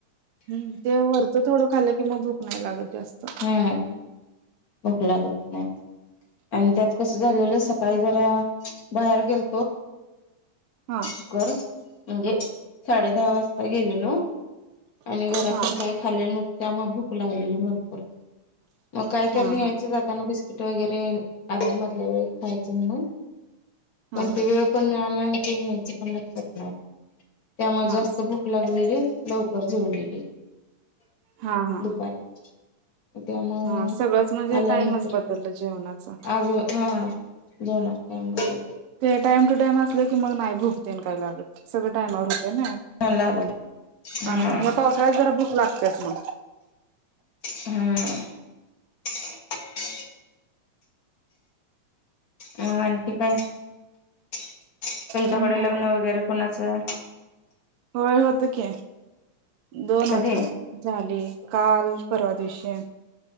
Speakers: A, on the right; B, on the left.
A: हम्म ते वरचं थोडं खाल्लं कि, मग भूक नाही लागत जास्त
B: हा भूक लागत नाही. आणि त्यात कसं झालेलं सकाळी जरा बाहेर गेल
A: हा
B: कर म्हणजे साडे दहा वाजता गेलेलो आणि घरातून
A: हा
B: काय खाल्ले नव्हते त्यामुळे भूक लागलेली भरपूर मग काहीतरी
A: हा
B: न्यायचं
A: हा
B: जात त्यांना बिस्किट वगैरे आदल्या मधल्या वेळेत खायचं म्हणून,
A: हा
B: पण ते वेळ वेळ पण मिळाला नाही आणि ते न्यायचं पण लक्षात नाही त्यामुळे
A: हा
B: जास्त भुक लागलेली लवकर जेवलेली
A: हा हा
B: दुपारी त्यामुळे
A: हा सगळंच म्हणजे
B: आल्यानंतर
A: टाइमच बदललं जेवणाच
B: आज हा जेवणार <inaudible>
A: ते टाईम टू टाईम असले की मग नाय भुक तेन काही लागतं सगळं टाईमावर होते ना
B: लागत हा
A: आणि ह्या पावसाळ्यात जरा भूक लागत्याच मग
B: हम्म अ आणखी काय तुमच्याकडे
A: काही नाही
B: लग्न
A: बघा
B: वगैरे कुणाचं
A: होय होतं की दोन
B: कधी
A: होती झाले, काल परवा दिवशी